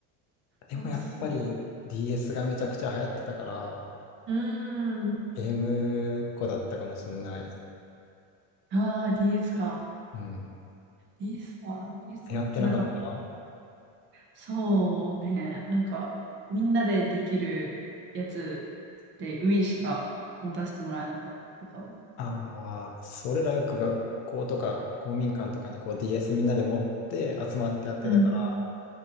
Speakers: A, on the left; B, on the right.
A: <laughs> でもやっぱり
B: あ、そ
A: DS がめちゃくちゃ流行ってたから、
B: う。うーん。
A: ゲームっ子だったかもしんない。
B: ああ、DS か。
A: うん。
B: DS か。DS
A: 流行ってなかった
B: 持ってなかった。そうね。なんか、みんなでできるやつで、Wii しか持たせてもらえなかったかも。
A: ああそれらよく学校とか公民館とかにこう DS みんなで持って集まってやってたから、
B: うん。